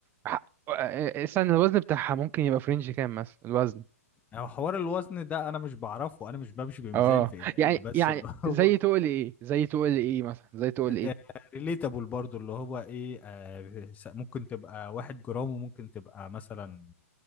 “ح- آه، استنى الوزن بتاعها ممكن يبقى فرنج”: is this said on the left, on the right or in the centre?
Right